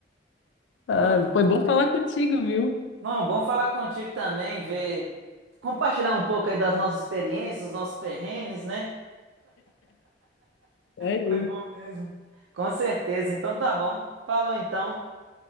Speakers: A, on the left; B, on the right.
A: Ah,
B: Então,
A: foi bom falar contigo, viu?
B: não, bom falar contigo também, ver, compartilhar um pouco aí das nossas experiências, os nossos perrengues, né?
A: É isso.
B: Foi bom mesmo. Com certeza. Então tá bom. Falou então.